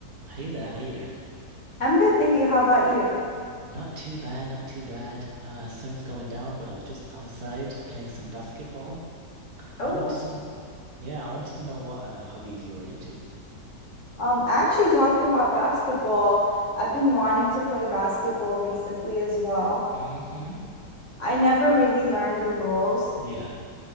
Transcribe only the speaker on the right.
Hey there, how you doing?
Not too bad, not too bad. Uh, sun's going down, but I was just outside playing some basketball.
I wanted
to, yeah, I wanted to know what uh, hobbies you are into.
Mm-hmm.
Yeah.